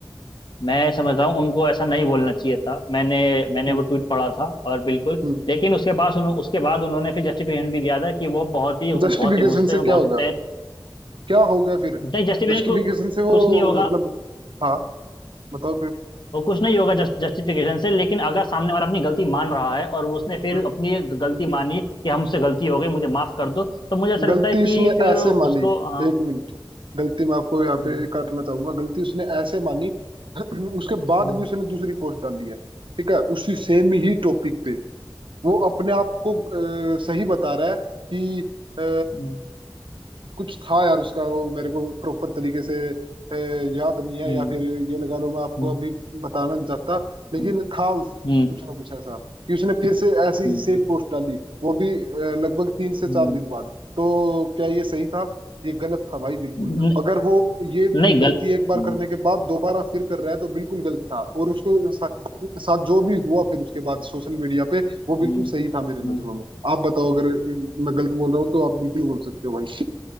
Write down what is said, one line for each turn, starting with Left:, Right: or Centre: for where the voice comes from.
Left: मैं समझता हूँ उनको ऐसा नहीं बोलना चाहिए था मैंने मैंने
Right: हम्म
Left: वो ट्वीट पढ़ा था और बिल्कुल
Right: हम्म
Left: लेकिन उसके बाद उन्हों, उसके बाद उन्होंने फिर जस्टिफिकेशन भी दिया था कि वो बहुत ही बहुत
Right: जस्टिफिकेशन
Left: ही गुस्से
Right: से
Left: में बहुत
Right: क्या होगा
Left: ही तय
Right: क्या होगा फिर
Left: नहीं जस्टिफिकेशन
Right: जस्टिफिकेशन से वो
Left: कुछ नहीं होगा
Right: मतलब हाँ बताओ फिर
Left: वो कुछ नहीं होगा जस्ट जस्टिफिकेशन से लेकिन अगर सामने वाला अपनी गलती मान रहा है और उसने फिर
Right: हम्म।
Left: अपनी ये गलती मानी कि हमसे गलती हो गई मुझे माफ कर दो तो मुझे ऐसा
Right: गलती
Left: लगता है
Right: उसने
Left: कि फिर
Right: ऐसे
Left: उसको
Right: मानी
Left: हाँ
Right: एक मिनट गलती मैं आपको यहाँ
Left: हम्म
Right: पे काटना चाहूंगा गलती उसने ऐसे मानी <clears throat> उसके बाद
Left: हम्म
Right: भी उसने दूसरी पोस्ट डाली है ठीक है उसी सेम ही टॉपिक पे वो अपने आप को अ, सही बता रहा है कि अ,
Left: हम्म
Right: कुछ था यार उसका वो मेरे को प्रॉपर तरीके से अ, याद नहीं
Left: हम्म
Right: है या फिर ये लगा लो मैं आपको
Left: हम्म
Right: अभी बताना नहीं चाहता लेकिन
Left: हम्म
Right: था उस
Left: हम्म
Right: कुछ
Left: हम्म,
Right: ना कुछ ऐसा कि उसने फिर से ऐसी
Left: हम्म,
Right: सेम पोस्ट डाली वो भी अ, लगभग तीन से
Left: हम्म,
Right: चार दिन बाद तो क्या ये सही था ये गलत था भाई बिल्कुल
Left: हम्म,
Right: अगर वो ये
Left: नहीं
Right: गलती
Left: गल
Right: एक बार
Left: हम्म
Right: करने के बाद दोबारा फिर कर रहा है तो बिल्कुल गलत था और उसको सा, साथ जो भी हुआ फिर उसके बाद सोशल मीडिया पे वो
Left: हम्म
Right: बिल्कुल सही था मेरी नजरों में आप बताओ अगर अ, मैं गलत बोल रहा हूँ तो आप बिल्कुल बोल सकते हो भाई